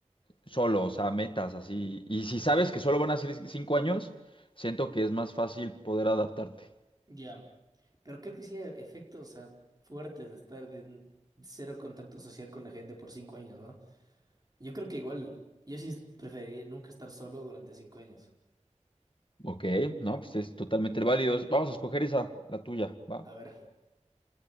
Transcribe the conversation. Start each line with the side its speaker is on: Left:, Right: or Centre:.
Left: solo, o sea, metas así. Y si sabes que solo van a ser cinco años, siento que es más fácil poder adaptarte.
Right: Ya. Pero creo que sí hay efectos, o sea, fuertes de estar de n- cero contacto social con la gente por cinco años, ¿no? Yo creo que igual, yo sí preferiría nunca estar solo durante cinco años.
Left: Ok, no, pues es totalmente válido. Es- Vamos a escoger esa, la tuya, ¿va?
Right: A ver,